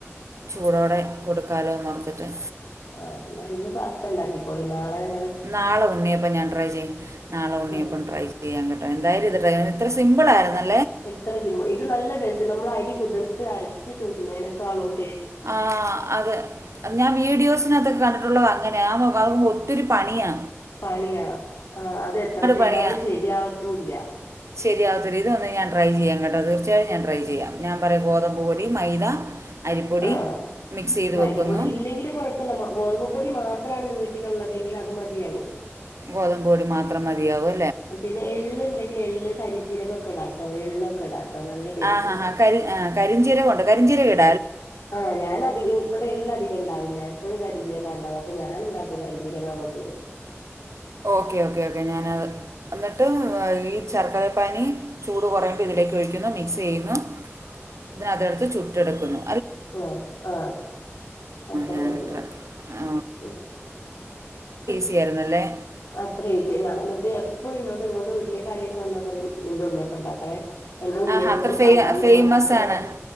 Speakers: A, on the right; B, on the left.
A: ചൂടോടെ കൊടുക്കാലോന്നോർത്തിട്ട്
B: ആ എന്നാ ഇന്ന് പാസ്തണ്ടാക്കിക്കോളി നാളെ നിങ്ങള്
A: നാളെ ഉണ്ണിയപ്പം ഞാൻ ട്രൈ ചെയ്യും നാളെ ഉണ്ണിയപ്പം
B: ആഹ്
A: ട്രൈ ചെയ്യാം കേട്ടോ എന്തായാലും ഇത്ട്രൈ എത്ര സിമ്പിൾ ആയിരുന്നാല്
B: എത്ര സിമ്പിൾ, ഇത് നല്ല ടേസ്റ്റ നമ്മൾ അരി കുതിർത്ത് അരച്ചു ചുടുന്നതിനക്കാളും
A: ആ അതെ ഞാൻ വീഡിയോസിനാത്തൊക്കെ കണ്ടിട്ടുള്ളത് അങ്ങനെയാ ഞാൻ നോക്കുമ്പോ അതങ്ങൊത്തിരി പണിയാ
B: പണിയാ, ആ അതെത്ര ചെയ്താലും
A: പണിയാണ്
B: ശരിയാവത്തുല്ല്യ.
A: ശരിയാവത്തില്ല ഇതൊന്നു ഞാൻ ട്രൈ ചെയ്യാം കേട്ടോ തീർച്ചയായിട്ടും ഞാൻ ട്രൈ ചെയ്യാം ഞാൻ പറയാം ഗോതമ്പ് പൊടി മൈദ അരിപ്പൊടി
B: ആ
A: മിക്സ് ചെയ്ത്
B: മൈദപ്പൊടി
A: വെക്കുന്നു
B: ഇല്ലെങ്കിലും കുഴപ്പല്ല മ ഗോതമ്പുപൊടി മാ ത്രാണ് വീട്ടിലുള്ളതെങ്കിൽ അത് മതിയാകും.
A: ഗോതമ്പു പൊടി മാത്രം മതിയാവ്വു
B: പിന്നെ എള്ളുണ്ടെങ്കിൽ എള്ള് കരിഞ്ജീരകം ഒക്കെ ഇടാട്ടോ എള്ളൊക്കെ ഇടാട്ടോ നല്ല ടേസ്റ്റ്
A: ആ ഹാ
B: ഉണ്ടാവും.
A: ഹാ കരി ആ കരിഞ്ചീരകൊണ്ട് കരിഞ്ചീരകിട്
B: ആ ഞാനധികം ഇവിടെ എള്ള് അധിക ണ്ടാവില്ല എപ്പോഴും കരിഞ്ജീരകാ ഉണ്ടാവ്വ അപ്പൊ ഞാനെന്താക്കും കരിഞ്ജീരകങ്ങോട്ടിടും.
A: ഓക്കേ ഓക്കേ ഓക്കെ ഞാൻ അത് എന്നിട്ട് ഈ ശർക്കരപ്പാനി ചൂട് കൊറയുമ്പം ഇതിലേക്ക് ഒഴിക്കുന്നു, മിക്സ് ചെയ്യുന്നു, എന്നിട്ടതെടുത്തു ചു ട്ടെടുക്കുന്നു.
B: അ ആ അത്രേ
A: ഞാൻ
B: ഒള്ളു
A: ട്ര- ആ,
B: ഉം.
A: ഈസിആയിരുന്നു അല്ലേ
B: അത്രയേച്ചി ഞാൻ എന്നിട്ട് എപ്പഴും എന്നോട് ഇങ്ങോട്ട് വീട്ടിലേ ക്ക് ആരേലും വന്നാ പറയും നിന്റെ ഉണ്ണിയപ്പം ഉണ്ടാക്കണേ എന്റെ ഉണ്ണിയപ്പത്തിനും
A: ആ അത്ര ഫെയ്
B: സാമ്പാറിനും
A: ഫേയമസാണ്
B: മാത്രം